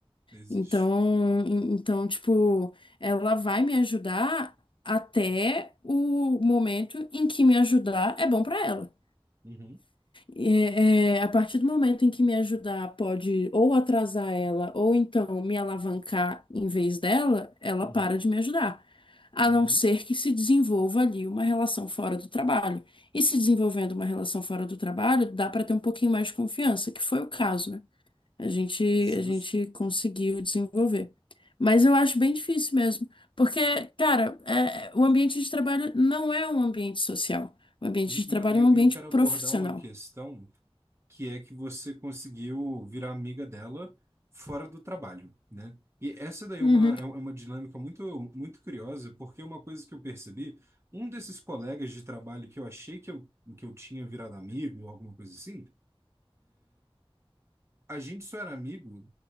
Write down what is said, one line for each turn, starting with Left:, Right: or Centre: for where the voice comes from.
Right: Existe.
Left: Então, em- então, tipo, ela vai me ajudar até o momento em que me ajudar é bom para ela.
Right: Uhum.
Left: É, é, a partir do momento em que me ajudar pode ou atrasar ela, ou então me alavancar em vez dela, ela
Right: Uhum.
Left: para de me ajudar. A
Right: Uhum.
Left: não ser que se desenvolva ali uma relação fora do trabalho. E se desenvolvendo uma relação fora do trabalho, dá para ter um pouquinho mais de confiança, que foi o caso, né? A gente,
Right: Justo.
Left: a gente conseguiu desenvolver. Mas eu acho bem difícil mesmo, porque, cara, é, o ambiente de trabalho não é um ambiente social. O ambiente de
Right: Não,
Left: trabalho
Right: eu,
Left: é um ambiente
Right: eu quero
Left: profissional.
Right: abordar uma questão que é que você conseguiu virar amiga dela fora do trabalho, né? E essa daí é
Left: Uhum.
Right: uma, é é uma dinâmica muito, muito curiosa, porque uma coisa que eu percebi, um desses colegas de trabalho que eu achei que eu, que eu tinha virado amigo, ou alguma coisa assim, a gente só era amigo,